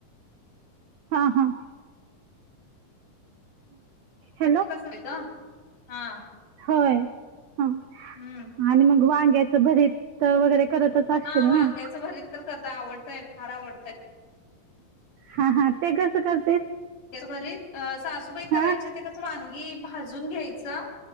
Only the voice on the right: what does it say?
हां हां हॅलो
होय हा
आणि मग वांग्याच भरीत वगैरे करतच असशील
ना
हा हा ते कस करती
हा